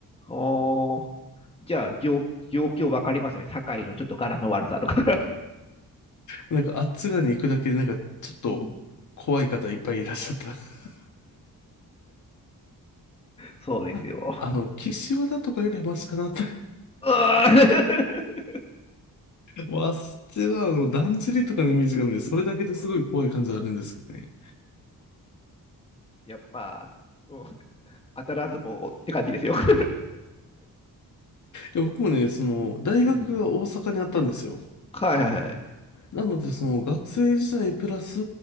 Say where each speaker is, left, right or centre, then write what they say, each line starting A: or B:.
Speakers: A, on the left; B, on the left.
A: おう。あーじゃあ、状、状況わかりますね。堺のちょっと柄の悪さとか。
B: なんか、あっち側に行くだけで、なんか、ちょっと怖い方いっぱいいらっしゃった。
A: <laughs> うん、
B: <laughs>
A: そうですよ。
B: ああの、岸和田とかよりはマシかなと
A: うー <laughs>
B: わあそっはあの、だんじりとかのイメージがあるんで、それだけですごい怖い感じはあるんですけどね。
A: うんいや、まあ、うん、当たらずもって感じですよ。<laughs>
B: いや、僕もね、その、大学が大阪にあったんですよ。
A: うん。はいはいはい。
B: なので、その、学生時代プラス、